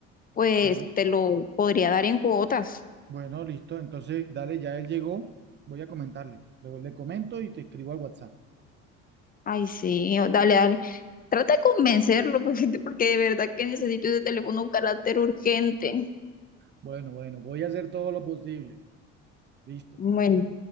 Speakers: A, on the left; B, on the right.
A: pues
B: Bueno,
A: te lo podría dar en cuotas.
B: bueno, listo. Entonces, dale, ya él llegó. Voy a comentarle. Luego le comento y te escribo al WhatsApp.
A: Ay, sí, o- dale, dale. Trata de convencerlo, <laughs> pues, porque de verdad que necesito ese teléfono un carácter urgente.
B: Bueno, bueno, voy a hacer todo lo posible. Listo.
A: Bueno,